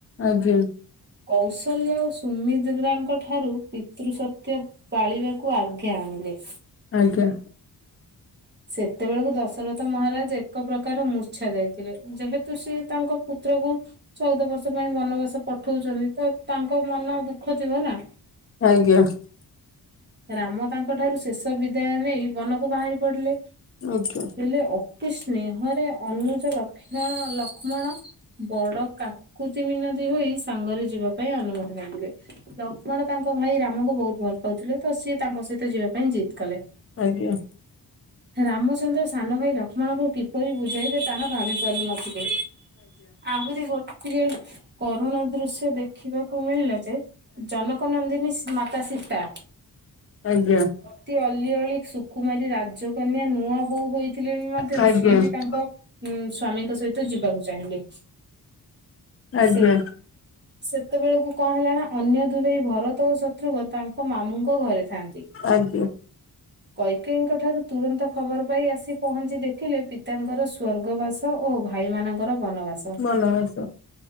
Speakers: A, on the left (about 35°); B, on the right (about 25°).
A: ଆଜ୍ଞା।
B: କୌଶଲ୍ୟ ଓ ସୁମିନ୍ଦ୍ରାଙ୍କ ଠାରୁ ପିତୃ ସତ୍ୟ ପାଳିବାକୁ ଆଜ୍ଞା ଆଣିଲେ।
A: ଆଜ୍ଞା।
B: ସେତେବେଳକୁ ଦଶରଥ ମହାରାଜ ଏକ ପ୍ରକାର ମୂର୍ଚ୍ଛା ଯାଇଥିଲେ ଯେହେତୁ ସିଏ ତାଙ୍କ ପୁତ୍ରକୁ ଚଉଦ ବର୍ଷ ପାଇଁ ବନବାସ ପଠଉଛନ୍ତି ତ ତାଙ୍କ ମନ ଦୁଃଖ ଥିବ ନା।
A: ଆଜ୍ଞା।
B: ରାମ ତାଙ୍କଠାରୁ ଶେଷ ବିଦାୟ ନେଇବନକୁ ବାହାରି ପଡିଲେ।
A: ଆଜ୍ଞ
B: ହେଲେ ଅତି ସ୍ନେହରେ ଅନୁଜ ଲକ୍ଷ ଲକ୍ଷ୍ମଣ ବଡ କାକୁତି ମିନଦୀ ହୋଇ ସାଙ୍ଗରେ ଯିବା ପାଇଁ ଅନୁମତି ମାଗିଲେ। ଲକ୍ଷ୍ମଣ ତାଙ୍କ ଭାଇ ରାମଙ୍କୁ ବହୁତ ଭଲ ପାଉଥିଲେ ତ ସିଏ ତାଙ୍କ ସହିତ ଯିବା ପାଇଁ ଜିଦ୍‌ କଲେ।
A: ଆଜ୍ଞା।
B: ରାମଚନ୍ଦ୍ର ସାନ ଭାଇ ଲକ୍ଷ୍ମଣଙ୍କୁ କିପରି ବୁଝାଇବେ ତାହା ଭାବି ପାରୁ ନଥିଲେ। ଆହୁରି ଗୋଟିଏ କରୁଣା ଦୃଶ୍ୟ ଦେଖିବାକୁ ମିଳିଲା ଯେ ଜନକ ନନ୍ଦିନୀ ମାତା ସୀତା
A: ଆଜ୍ଞା।
B: ଅତି ଅଲିଅଳି ଶୁକୁୁମାରି ରା କନ୍ୟା ନୂଆ ବୋହୂ ହୋଇଥିଲେ ବି ମଧ୍ୟ
A: ଆଜ୍ଞା
B: ସିଏ ବି ତାଙ୍କ ଉଁ ସ୍ଵାମୀଙ୍କ ସହିତ ଯିବାକୁ ଚାହିଁଲେ।
A: ଆଜ୍ଞା।
B: ସେ ସେତେବେଳକୁ କଣ ହେଲା ନା ଅନ୍ୟ ଦୁଇ ଭାଇ ଭରତ ଓ ଶତ୍ରୁଘ୍ନ ତାଙ୍କ ମାମୁଙ୍କ ଘରେ ଥି ଥାଆନ୍ତି
A: ଆଜ୍ଞା
B: କୈକେଇଙ୍କ ଠାରୁ ତୁରନ୍ତ ଖବର ପାଇ ଆସି ପହଞ୍ଚି ଦେଖିଲେ ପିତାଙ୍କର ସ୍ଵର୍ଗ ବାସ ଓ ଭାଇମାନଙ୍କର ବନବାସ।
A: ବନବାସ